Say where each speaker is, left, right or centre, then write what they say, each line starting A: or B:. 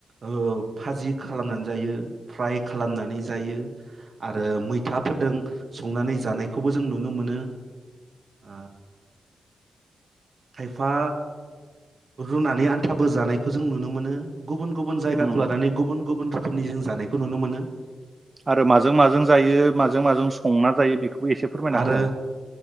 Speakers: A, on the right; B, on the right.
A: ओ फाजि खालामनानै दायो फ्राय खालामनानै जायो आरो मैथा फोरदों संनानै जानायखौबो जों नुनो मोनो आ खायफा रुनानै आन्थाबो जानायखौ जों नुनो मोनो गुबुन गुबुन जायगाखौ
B: उम
A: लानानै गुबुन गुबुन रोखोमनि जों जानायखौ नुनो मोनो
B: आरो माजों माजों जायो माजों माजों संना जायो बेखौबो एसे फोरमायना
A: आरो
B: होलाय